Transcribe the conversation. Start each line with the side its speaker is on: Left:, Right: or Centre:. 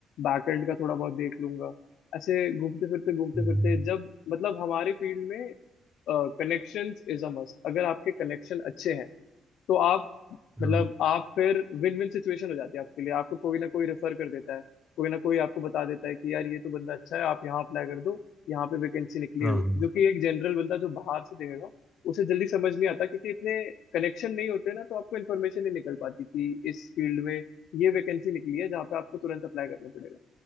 Left: बैक एंड का थोड़ा बहुत देख लूंगा ऐसे घूमते फिरते घूमते
Centre: हम्म,
Left: फिरते जब मतलब हमारे फील्ड में कनेक्शंस इज अ मस्ट अगर आपके कनेक्शन अच्छे हैं तो आप मतलब
Centre: हाँ
Left: आप फिर विन विन सिचुएशन हो जाती है आपके लिए आपको कोई ना कोई रेफर कर देता है कोई ना कोई आपको बता देता है कि यार ये तो बंदा अच्छा है आप यहाँ अप्लाई कर दो यहाँ पे वैकेंसी निकली
Centre: हाँ
Left: हुई है
Centre: हाँ,
Left: जो कि एक जनरल बंदा जो बाहर से देखेगा उसे जल्दी समझ नहीं आता क्योंकि इतने कनेक्शन नहीं होते ना तो आपको इन्फॉर्मेशन नहीं निकल पाती कि इस फील्ड में ये वैकेंसी निकली है जहाँ पे आपको तुरंत अप्लाई करना पड़ेगा